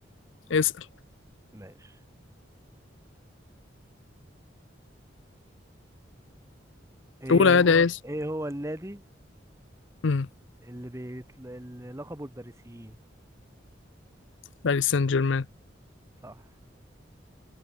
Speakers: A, on the left; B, on the right.
A: اسأل
B: ماشي ايه
A: قول عادي
B: هو
A: يا اسم
B: ايه هو النادي
A: امم
B: اللي بيطل... اللي لقبه الباريسيين
A: باريس سان جيرمان
B: صح